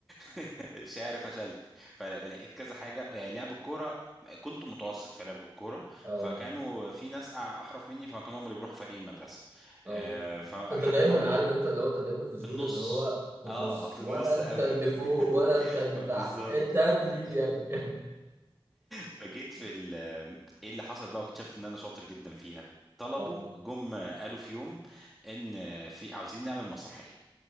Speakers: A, in the centre; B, on the right.
A: <laughs> شعر فشلت فلقيت كذا حاجه آه، لعب الكوره كنت متوسط في لعب الكوره
B: اه
A: فكانوا في ناس أع- احرف مني فكانوا هم اللي بيروحوا فريق المدرسه
B: اه
A: آه، فحتى
B: انت دايما
A: برضو
B: عارف انت اللي هو انت دايما في الزون
A: في النص
B: اللي هو في النص
A: اه في
B: ولا
A: النص
B: انت
A: قوي
B: اللي فوق ولا
A: <laughs>
B: انت اللي
A: بالظبط
B: تحت انت يا ابني
A: <laughs>
B: مين يا ابني <laughs> يا ابني.
A: فجيت في ال ايه اللي حصل بقى واكتشفت ان انا شاطر جدا فيها طلبوا
B: اه
A: جم قالوا في يوم ان في عاوزين نعمل مسرحيه